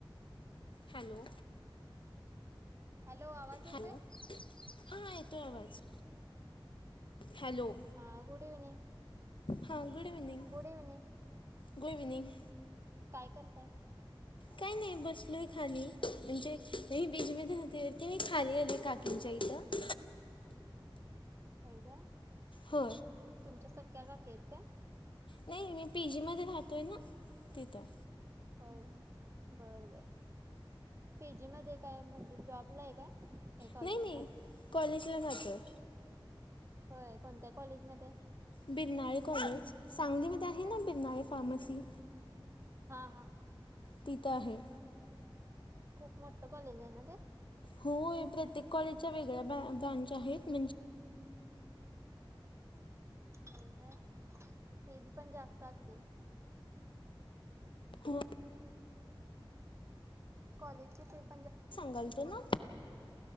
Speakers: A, on the left; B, on the right.
A: हॅलो
B: हॅलो आवाज येतोय
A: हॅलो हा येतो आवाज हॅलो
B: हां गुड इव्हनिंग.
A: हा good evening
B: good evening
A: good evening
B: काय करताय.
A: काही नाही बसलोय खाली म्हणजे म बीजमध्ये खते तेही खाली आले काकीच्या इथं.
B: ह का
A: हो
B: तुमच्या सख्या काक येते.
A: नाही मी पे जीमध्ये राहतो आहे ना तिथं.
B: हो बरबर पेजी मध्ये काय म्ह म्ह जॉब ला आहे काय? काय कॉलेजला
A: नाही नाही कॉलेजला जाचं आहे.
B: होय कोणत्या कॉलेजमध्येध्ये
A: बिरनाळे कॉलेज सांगलीमध्ये आहे ना बिरनाळे फार्मसी
B: हा हा
A: तिथं आहे.
B: खूप मोठं कॉलेज आहे ना ते?
A: होय, प्रत्येक कॉलेजच्या वेगळ्या ब्रांच आहेत, म्हणजे
B: होय काय? फीज पण जास्त असतील?
A: खु
B: कॉलेजचे पेप
A: सांगलतो ना